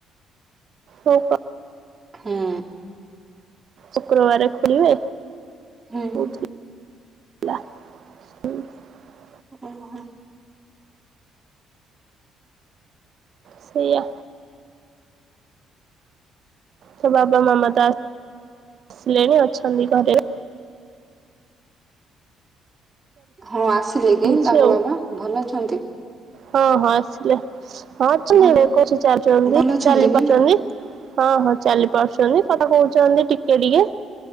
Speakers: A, on the right; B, on the right.
A: ହଉ କ
B: ହୁଁ।
A: ଶୁକ୍ରବାରେ ଖୋଲିବେ
B: ହୁଁ
A: ହଉଚି <unintelligible>
B: ଓହୋ।
A: ସେଇଆ ତା ବାବା ମାମା ତ ଆସିଲେଣି ଅଛନ୍ତି ଘରେ
B: ହଁ ଆସିଲେ
A: ଚାଲିଛି
B: କି ତାଙ୍କ
A: ଆଉ
B: ବାବା ଭଲ ଅଛନ୍ତି?
A: ହଁ ହଁ ଆସିଲେ ହଁ <unintelligible> ଚାଲି
B: ଭଲ
A: ପାରୁଛନ୍ତି
B: ଭଲ ଅଛନ୍ତି ନା
A: ହଁ ହଁ ଚାଲି ପାରୁଚନ୍ତି କଥା କହୁଛନ୍ତି ଟିକେ ଟିକେ